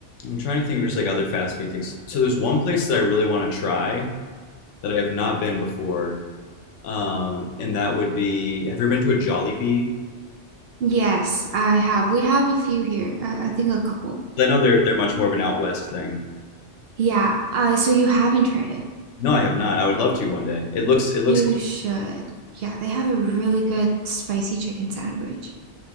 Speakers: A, on the left; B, on the right.
A: I'm trying to think of just like other fast food things. So there's one place that I really want to try that I have not been before, um, and that would be. Have you ever been to a Jollibee?
B: Yes, I have. We have a few here. I, I think a couple.
A: 'Cause I know they're they're much more of an out west thing.
B: Yeah. Uh, so you haven't tried it.
A: No, I have not. I would love to one day. It looks it looks.
B: You should. Yeah, they have a really good spicy chicken sandwich.